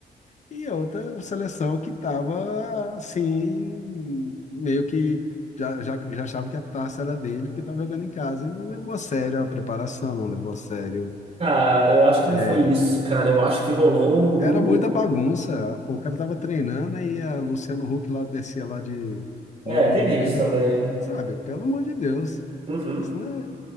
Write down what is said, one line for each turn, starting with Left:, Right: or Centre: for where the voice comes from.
Left: E outra seleção que estava assim, meio que já, já, já achava que a taça era dele, porque estava jogando em casa e não levou a sério a preparação, não levou a sério.
Right: Cara, eu acho que
Left: É,
Right: não foi isso, cara. Eu acho que rolou
Left: era muita bagunça.
Right: um. um,
Left: Pô, o cara estava treinando e a Luciano Huck lá descia lá de
Right: É,
Left: no, no,
Right: teve
Left: no meio
Right: isso
Left: do,
Right: também. né?
Left: sabe? Pelo amor de Deus,
Right: Uhum,
Left: isso não é